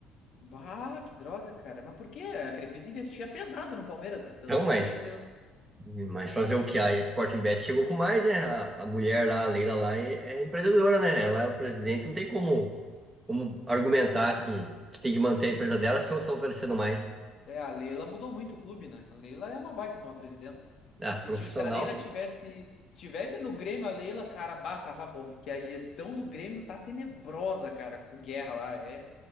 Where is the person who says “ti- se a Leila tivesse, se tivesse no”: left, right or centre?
Left